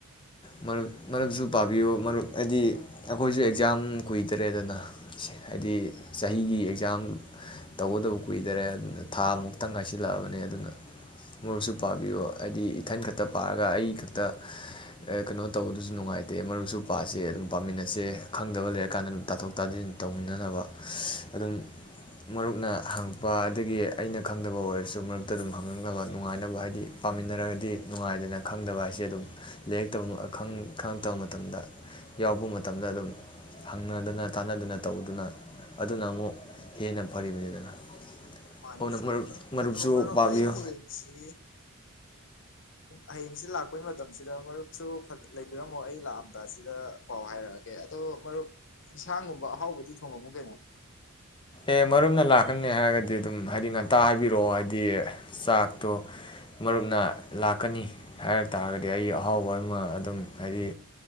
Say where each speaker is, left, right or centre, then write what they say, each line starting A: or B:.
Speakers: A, on the left; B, on the left.
A: ꯨ ꯃꯔꯨꯞꯁꯨ ꯄꯥꯕꯤꯌꯨ ꯃꯔꯨꯞ ꯍꯥꯏꯗꯤ ꯑꯩꯈꯣꯏꯁꯨ ꯑꯦꯛꯖꯥꯝ ꯀꯨꯏꯗꯔꯦꯗꯅ ꯍꯥꯏꯗꯤ ꯆꯍꯤꯒꯤ ꯑꯦꯛꯖꯥꯝ ꯇꯧꯒꯗꯕ ꯀꯨꯏꯗꯔꯦ ꯊꯥ ꯃꯨꯛꯇ ꯉꯥꯏꯁꯤꯜꯂꯛꯑꯕꯅꯤ ꯑꯗꯨꯅ ꯃꯔꯨꯞꯁꯨ ꯄꯥꯕꯤꯌꯨ ꯍꯥꯏꯗꯤ ꯏꯊꯟ ꯈꯛꯇ ꯄꯥꯔꯒ ꯑꯩ ꯈꯛꯇ ꯀꯩꯅꯣ ꯇꯧꯕꯗꯨꯁꯨ ꯅꯨꯡꯉꯥꯏꯇꯦ ꯃꯔꯨꯞꯁꯨ ꯄꯁꯦ ꯑꯗꯨꯝ ꯄꯥꯃꯤꯟꯅꯁꯦ ꯈꯪꯗꯕ ꯂꯩꯔꯀꯥꯟꯗ ꯑꯗꯨꯝ ꯇꯥꯊꯣꯛ ꯇꯥꯁꯤꯟ ꯇꯧꯅꯅꯕ ꯑꯗꯨꯝ ꯃꯔꯨꯞꯅ ꯍꯪꯉꯛꯄ ꯑꯗꯒꯤ ꯑꯩꯅ ꯈꯪꯗꯕ ꯑꯣꯏꯔꯁꯨ ꯃꯔꯨꯞꯇ ꯑꯗꯨꯝ ꯍꯪꯉꯛꯅꯕ ꯅꯨꯡꯉꯥꯏꯅꯕ ꯍꯥꯏꯗꯤ ꯄꯥꯃꯤꯟꯅꯔꯒꯗꯤ ꯅꯨꯡꯉꯥꯏꯗꯅ ꯈꯪꯗꯕ ꯍꯥꯏꯁꯦ ꯑꯗꯨꯝ ꯂꯩꯔꯤꯛ ꯇꯧꯕ ꯈꯪꯪꯂꯛꯇꯕ ꯃꯇꯝꯗ ꯌꯥꯎꯔꯛꯄ ꯃꯇꯝꯗ ꯑꯗꯨꯝ ꯍꯪꯅꯗꯅ ꯇꯥꯟꯅꯗꯅ ꯇꯧꯗꯨꯅ ꯑꯗꯨꯅ ꯑꯃꯨꯛ ꯍꯦꯟꯅ ꯐꯔꯤꯕꯅꯤꯗꯅ
B: ꯃꯥꯅꯤꯁꯤꯅꯤ
A: ꯑꯗꯨꯅ
B: ꯃꯔꯨꯞ
A: ꯃꯔꯨꯞꯁꯨ
B: ꯑꯗꯣ ꯃꯔꯨꯞ
A: ꯄꯥꯕꯤꯌꯨ
B: ꯑꯩ ꯍꯥꯌꯦꯡꯁꯤ ꯑꯩ ꯁꯤ ꯂꯥꯛꯄꯩ ꯃꯇꯝꯁꯤꯗ ꯃꯔꯨꯞꯁꯨ ꯂꯩꯕꯤꯔꯝꯃꯣ ꯑꯩ ꯂꯥꯛꯑꯝꯗꯥ ꯁꯤꯗ ꯄꯥꯎ ꯍꯥꯏꯔꯛꯑꯒꯦ ꯑꯗꯣ ꯃꯔꯨꯞ ꯏꯟꯁꯥꯡꯒꯨꯝꯕ ꯑꯍꯥꯎꯕꯗꯤ ꯊꯣꯡꯉꯝꯃꯣ ꯀꯩꯅꯣ
A: ꯑꯦ ꯃꯔꯨꯞꯅ ꯂꯥꯛꯀꯅꯤ ꯍꯥꯏꯔꯒꯗꯤ ꯑꯗꯨꯝ ꯍꯥꯏꯗꯤ ꯉꯟꯇꯥ ꯍꯥꯏꯕꯤꯔꯛꯑꯣ ꯍꯥꯏꯗꯤ ꯆꯥꯛꯇꯣ ꯃꯔꯨꯞꯅ ꯂꯥꯛꯀꯅꯤ ꯍꯥꯏꯔ ꯇꯥꯔꯒꯗꯤ ꯑꯩꯒꯤ ꯑꯍꯥꯎꯕ ꯑꯃ ꯑꯗꯨꯝ ꯍꯥꯏꯗꯤ